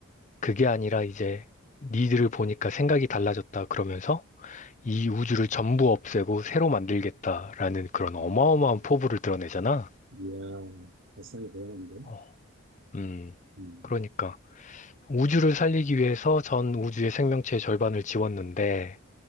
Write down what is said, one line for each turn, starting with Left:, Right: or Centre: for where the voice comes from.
Left: 그게 아니라 이제 니들을 보니까 생각이 달라졌다 그러면서 이 우주를 전부 없애고 새로 만들겠다라는 그런 어마어마한
Right: 음.
Left: 포부를 드러내잖아.
Right: 이야, 발상이 대단한데?
Left: 어, 음,
Right: 음,
Left: 그러니까 우주를 살리기 위해서 전 우주의 생명체의 절반을 지웠는데